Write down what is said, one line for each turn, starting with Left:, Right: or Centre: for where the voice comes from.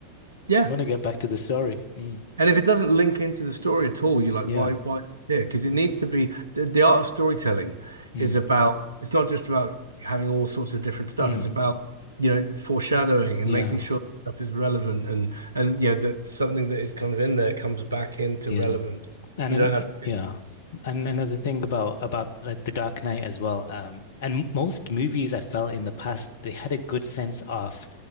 Right: Yeah.
Left: want to get back to the story. Mm,
Right: And if it doesn't link into the story at all, you're like,
Left: yeah.
Right: why, why here? Because it needs to be the, the art of storytelling
Left: Mm,
Right: is about, it's not just about having all sorts of different stuff.
Left: mm,
Right: It's about, you know, foreshadowing and
Left: yeah.
Right: making sure that stuff is relevant and, and, yeah that something that is kind of in there comes back into
Left: Yeah.
Right: relevance.
Left: And
Right: You
Left: then,
Right: don't have
Left: uh,
Right: to.
Left: yeah. And another thing about about like The Dark Knight as well. Um, and most movies I felt in the past, they had a good sense of